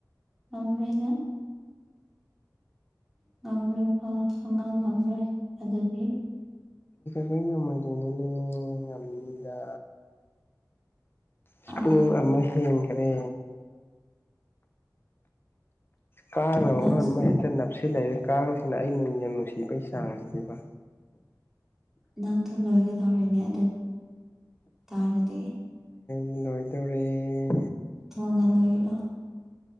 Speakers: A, in the centre; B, on the left.
A: ꯉꯝꯃꯦꯅ ꯉꯝꯂꯣꯏꯀꯣ ꯁꯨꯉꯝ ꯉꯝꯂꯣꯏ ꯑꯗꯨꯗꯤ
B: ꯑꯩꯩ ꯉꯝꯃꯣꯏꯗꯣꯏꯅꯥꯅꯦ ꯉꯝꯅꯤꯗ ꯁꯄꯨꯡ
A: ꯑꯥ
B: ꯑꯃ ꯍꯦꯟꯈꯔꯦ ꯀꯥꯡꯅꯥ
A: ꯅꯪꯁꯨ
B: ꯃꯔꯣꯟ ꯑꯃꯥ ꯍꯦꯛꯇꯥ ꯅꯄ ꯁꯤ ꯂꯩꯔꯦ ꯀꯥꯡꯁꯤꯅ ꯑꯩꯅꯨꯡ ꯌꯥꯝ ꯅꯨꯡꯁꯤꯕꯩ ꯆꯥꯡ ꯑꯁꯤꯗꯤꯕꯥ
A: ꯅꯪ ꯊꯝ ꯂꯣꯏꯒ ꯇꯧꯔꯦꯅꯦ ꯑꯗꯨ ꯇꯥꯔꯗꯤ
B: ꯂꯣꯏꯗꯧꯔꯤ
A: ꯊꯨꯅ ꯂꯣꯏꯔꯣ